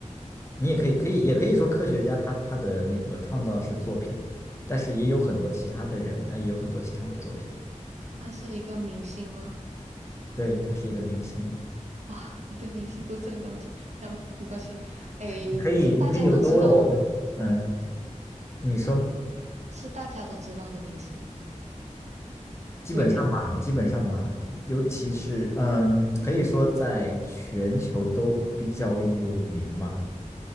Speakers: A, on the left (about 20°); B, on the right (about 60°).
A: 你也可以，可以，也可以说科学家他他的那个创造是作品，但是也有很多其他的人，
B: 嗯，
A: 他也有很多其他的作品。
B: 他是一个明星吗？
A: 对，他是一个明星。
B: 哇，我对明星不是很了解，那没关系。诶，
A: 你可以，
B: 是大家都知道的吗？
A: 你可以多问我问题。嗯，你说，
B: 是大家都知道的明星吗？
A: 基本上吧，
B: 不一定，
A: 基本上吧，尤其是嗯，可以说在全球都比较有名吧。